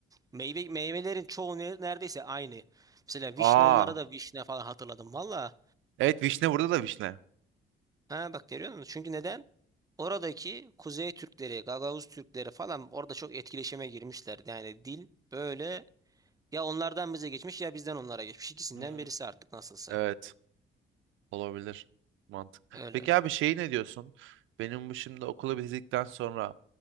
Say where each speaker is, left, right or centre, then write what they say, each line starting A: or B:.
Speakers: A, on the right (about 20°); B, on the right (about 80°).
A: Meyve, meyvelerin çoğu ne- neredeyse aynı. Mesela
B: Aa.
A: vişne onlara da vişne falan hatırladım. Valla
B: Evet vişne burada da vişne.
A: Ha bak görüyor musun? Çünkü neden? Oradaki Kuzey Türkleri, Gagavuz Türkleri falan orada çok etkileşime girmişler. Yani dil böyle ya onlardan bize geçmiş ya bizden onlara geçmiş. İkisinden
B: Hmm,
A: birisi artık nasılsa.
B: Evet. Olabilir. Mantık.
A: Öyle.
B: Peki abi şey ne diyorsun? Benim bu şimdi okulu bitirdikten sonra